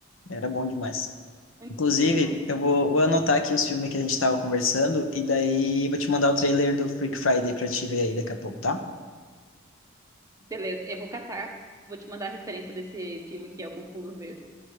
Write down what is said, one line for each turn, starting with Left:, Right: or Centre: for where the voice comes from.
Left: era bom demais.
Right: Muito
Left: Inclusive,
Right: bom.
Left: eu vou, vou anotar aqui os filmes que a gente tava conversando e daí vou te mandar o trailer do Freak Friday pra te ver aí daqui a pouco, tá?
Right: Beleza, eu vou catar, vou te mandar a referência desse filme que é o Com Fundo Verde.